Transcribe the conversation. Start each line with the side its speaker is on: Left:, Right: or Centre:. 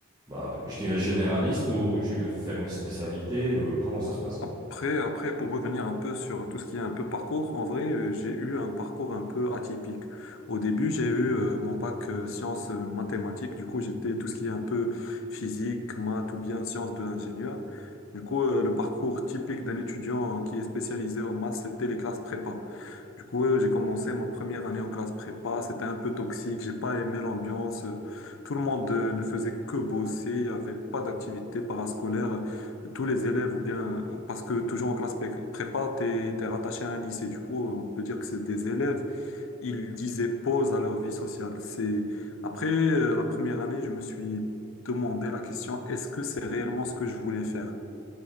Right: bah, je dirais, généraliste ou tu veux faire une spécialité? euh, comment ça se passe?
Left: Après, après, pour revenir un peu sur tout ce qui est un peu parcours, en vrai, euh, j'ai eu un parcours un peu atypique. Au début, j'ai eu euh, mon bac euh, sciences euh, mathématiques. Du coup, j'étais tout ce qui est un peu physique, maths ou bien sciences de l'ingénieur. Du coup, euh, le parcours typique d'un étudiant euh, qui est spécialisé en maths, c'était les classes prépa. Du coup, euh, j'ai commencé ma première année en classe prépa. C'était un peu toxique. J'ai pas aimé l'ambiance. Euh, Tout le monde euh, ne faisait que bosser. Il n'y avait pas d'activité parascolaire. Tous les élèves ou bien, parce que toujours en classe pré- prépa, t'es, t'es rattaché à un lycée. Du coup, on peut dire que c'est des élèves. Ils disaient pause à leur vie sociale. C'est, après, euh, la première année, je me suis demandé la question, est-ce que c'est réellement ce que je voulais faire?